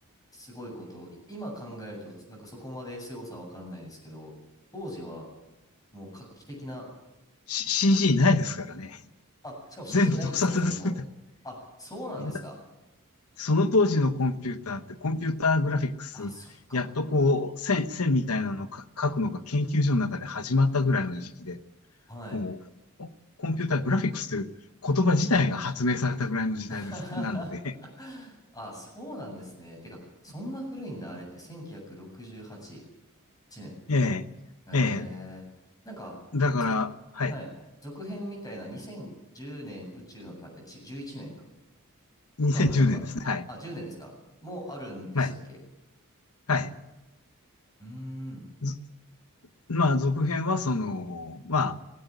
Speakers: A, on the left; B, on the left.
A: すごいことを、い今考えると、なんかそこまですごさはわかんないですけど、当時はもう画期的な、
B: C- g ないですからね。
A: あ、しかも CG
B: 全部特撮で作って、
A: ないんですか、それも。あ、そうなんですか。
B: だその当時のコンピューターって、コンピューターグラフィックス、
A: あ、そっか。
B: やっとこう、線、線みたいなのをか書くのが研究所の中で始まったぐらいの時期で、
A: はい。
B: こう、ココンピューターグラフィックスという言葉自体が発明されたぐらいの時代です。
A: <laughs>
B: なので、
A: あ、そうなんですね。てか、そんな古いんだ、あれって1968年。
B: <laughs> ええ、
A: へえー。
B: ええ、
A: なんか、
B: だから、
A: ぞ
B: はい、
A: はい。続編みたいな2010年宇宙の旅、じ11年か。
B: 2010年ですね。
A: とかもなんか、
B: はい、
A: あ、10年ですかもうあるんでしたっけ
B: はい、はい。
A: うーん。
B: ずまあ、続編はその、まあ、